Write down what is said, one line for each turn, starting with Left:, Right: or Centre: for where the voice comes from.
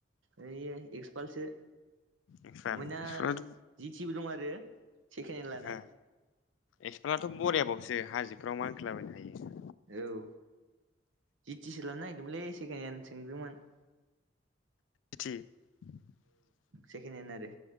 Right: ओइयो एक्सपालसो।
Left: एक्सपाल
Right: ओमबायना
Left: एक्सपालाथ'
Right: जिथिबो दं आरो सेकेन हेन लानाय।
Left: ओ एक्सपालाथ' बरियाबावसो हाजोफ्राव मानखोलाबायनो हायो।
Right: औ जितिसो लानो नागिरदोंमोनलै सेकेन हेन सोंहैदोंमोन।
Left: <unintelligible>
Right: सेखेन हेन आरो।